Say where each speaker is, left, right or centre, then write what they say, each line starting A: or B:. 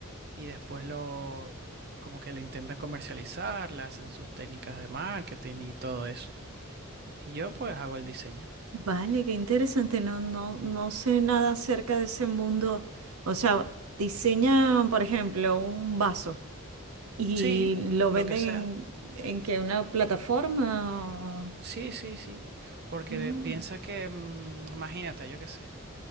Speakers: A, on the right; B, on the right.
A: y después lo, como que lo intentan comercializar, le hacen sus técnicas de marketing y todo eso. Y yo pues hago el diseño.
B: Vale, qué interesante. No, no, no sé nada acerca de ese mundo. O sea, diseñan, por ejemplo, un vaso y
A: Sí,
B: lo
A: lo
B: venden
A: que sea.
B: en, en que una plataforma.
A: Sí, sí, sí. Porque
B: Mm.
A: piensa que, mm, imagínate, yo qué sé,